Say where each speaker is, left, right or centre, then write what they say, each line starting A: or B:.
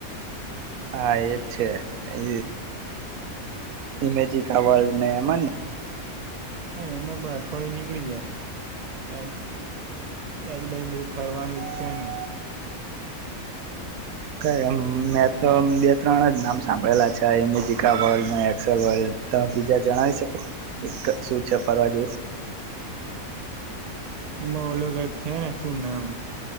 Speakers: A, on the right (about 80°); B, on the right (about 55°).
A: હા એજ છે એ ઇમેજિક આ વર્લ્ડ ને એમાં ને
B: હા એમાં બઠ થોડી નીકળી જાય આજુબજુ બધું ફરવાનું છે ને
A: કમ મેં તો બે ત્રણ જ નામ સાંભળેલા છે એમેજીિકા વર્લ્ડ એક્સેલ વર્લ્ડ તમે બીજા જણાવી શકો શ છ ફરવાજ
B: નિમ ઓળગ છે ને શું નામ